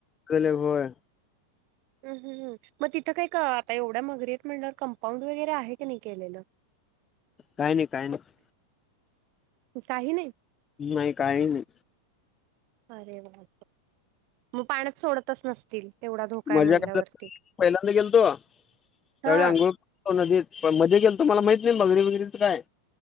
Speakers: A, on the left; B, on the right.
A: गले होय.
B: हम् हम् हम्. मग तिथं काय का आता एवढ्या मगरीेत म्हणलं कंपाऊंड वगैरे आहे की नाही केलेलं.
A: काही नाही काय नाही
B: काही नाही
A: नाही काही नाही
B: अरे वा मग पाण्यात सोडतच नसतील तेवढा धोका आहे
A: मज्या
B: म्हणल्यावरती.
A: करता पहिल्यांदा गेल तो त्यावेळी
B: हा
A: आंघोळ हो नदी पण मध्ये गेल त म्हाला माहित नाही बगरी वगरीच काय